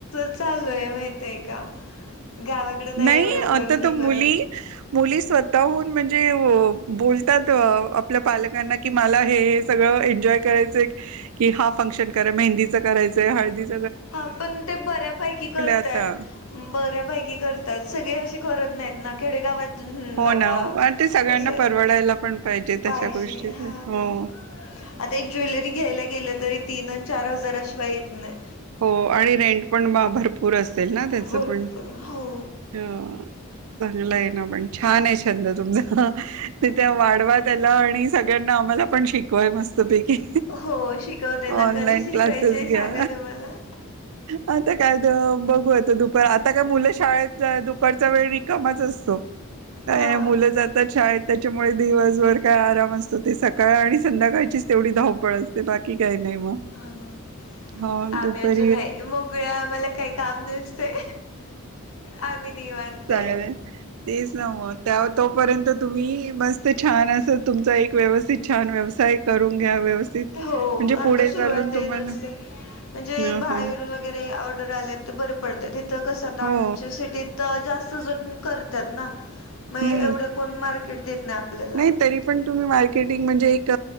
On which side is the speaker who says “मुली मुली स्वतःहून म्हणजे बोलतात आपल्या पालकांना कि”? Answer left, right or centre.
Right